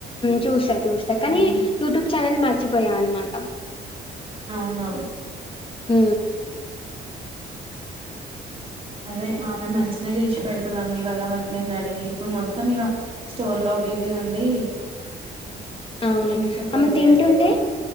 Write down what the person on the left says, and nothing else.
చూస్తా మ్ మ్ చూస్తా కానీ
యూట్యూబ్ ఛానల్ మర్చిపో అనమాట
మ్
అవునా
అమ్మె
తింటుంటే